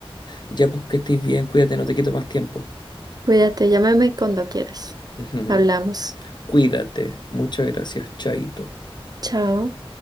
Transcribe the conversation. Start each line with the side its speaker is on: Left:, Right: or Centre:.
Left: Ya pues que estés bien, cuídate, no te quito más tiempo.
Right: Cuídate, llámame cuando quieras.
Left: <laughs>
Right: Hablamos.
Left: Cuídate. Muchas gracias, Chaito.
Right: Chao.